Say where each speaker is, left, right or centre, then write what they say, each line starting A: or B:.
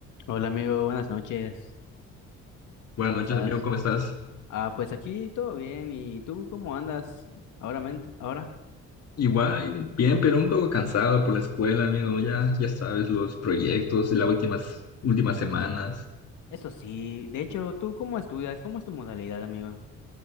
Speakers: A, on the left; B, on the left.
A: Hola amigo, buenas noches.
B: Buenas
A: ¿Cómo
B: noches,
A: estás?
B: amigo, ¿cómo estás?
A: Ah, pues aquí todo bien. ¿Y tú cómo andas ahora? mente- Ahora,
B: Igual, bien, pero un poco cansado por la escuela, amigo. Ya, ya sabes, los proyectos y las últimas, últimas semanas.
A: eso sí. De hecho, ¿tú cómo estudias? ¿Cómo es tu modalidad, amigo?